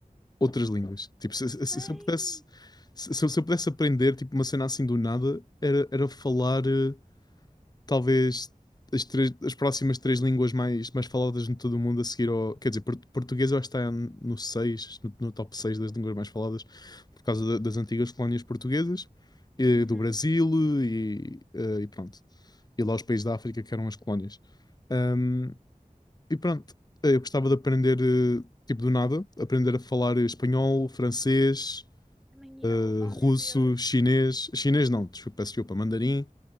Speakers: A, on the left; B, in the centre.
A: outras línguas. Tipo, se, se-
B: Same!
A: se eu pudesse, se, se eu se eu pudesse aprender, tipo, uma cena assim do nada, era, era falar. eh, talvez as, três- as próximas três línguas mais, mais faladas em todo o mundo a seguir ao. Quer dizer, por- português eu acho que está no 6 no, no top 6 das línguas mais faladas, por causa da- das antigas colónias portuguesas, eh,
B: Uhum.
A: do Brasil e, eh, e pronto. E lá os países da África que eram as colónias. Ahm, e pronto, eh, eu gostava de aprender, eh, tipo do nada, aprender a falar espanhol, francês,
B: Também
A: eh,
B: eu. Oh,
A: russo,
B: meu Deus.
A: chinês. Chinês não, desculpa, peço desculpa, mandarim.